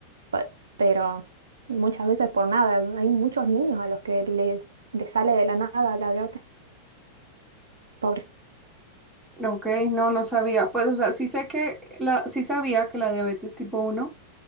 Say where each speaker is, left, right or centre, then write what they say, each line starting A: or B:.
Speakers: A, on the right; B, in the centre.
A: pe- pero muchas veces por nada. Hay muchos niños a los que le, le sale de la nada la diabetes. Pobres.
B: ok, no, no sabía. Pues, o sea, sí sé que la, sí sabía que la diabetes tipo uno